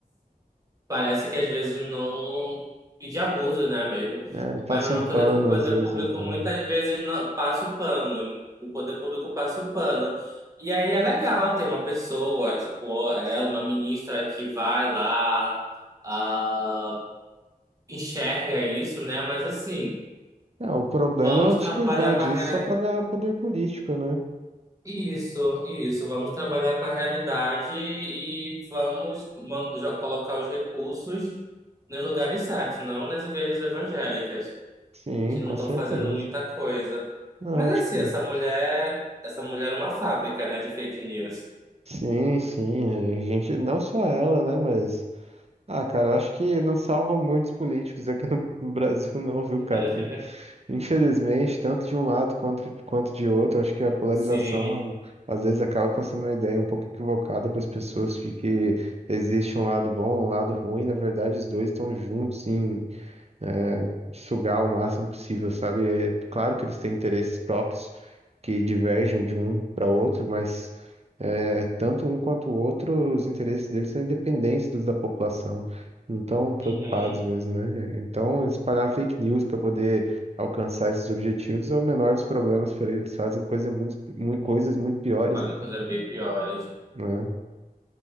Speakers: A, on the right (about 20°); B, on the right (about 45°).
A: Parece que às vezes não. E de abuso, né, mesmo?
B: É, passa
A: Mas é
B: um
A: uma
B: pano,
A: coisa que o poder
B: às vezes,
A: público
B: até.
A: muitas vezes não... passa o pano. O poder público passa o pano. E aí é legal ter uma pessoa, tipo, ela, uma ministra que vai lá, ah, enxerga isso, né? Mas assim,
B: É, o problema
A: vamos
B: é utilizar
A: trabalhar
B: disso
A: com a realidade.
B: só pra ganhar poder político, né?
A: Isso, isso. Vamos trabalhar com a realidade e vamos man- jo- colocar os recursos nos lugares certos, não nas igrejas evangélicas.
B: Sim,
A: que não
B: com
A: estão
B: certeza.
A: fazendo muita coisa.
B: Ah,
A: Mas assim,
B: tipo,
A: essa mulher, essa mulher é uma fábrica, né, de fake news.
B: sim, sim, é, gente, não só ela, né, mas Ah, cara, eu acho que não salvam muitos políticos aqui no, no Brasil, <laughs> não, viu,
A: <laughs>
B: cara? Que, infelizmente, tanto de um lado quanto, quanto de outro, eu acho que a polarização
A: Sim.
B: às vezes acaba passando uma ideia um pouco equivocada para as pessoas de que existe um lado bom, um lado ruim. Na verdade, os dois estão juntos em eh, sugar o máximo possível, sabe? É claro que eles têm interesses próprios que divergem de um para outro, mas. É, tanto um quanto o outro, os interesses deles são independentes dos da população, não estão preocupados
A: Uhum.
B: mesmo, né? Então, espalhar fake news para poder alcançar esses objetivos é o menor dos problemas para eles, fazem coisa muito, mui- coisas muito piores,
A: Fazem coisas bem piores.
B: né?